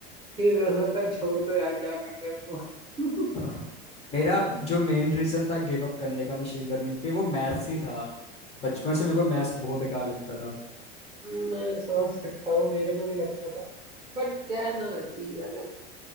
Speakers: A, on the right; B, on the left.
A: फिर ऐसा लगता है छोड़ दो यार क्या कर रहे हो <laughs>
B: <laughs> हाँ, मेरा जो मेन रीजन था गिव अप करने का मशीन लर्निंग पे वो मैथ्स ही था बचपन से मेरे को मैथ्स बहुत बेकार लगता था
A: मैं समझ सकता हूँ मेरे को भी लगता था बट क्या है ना कि अगर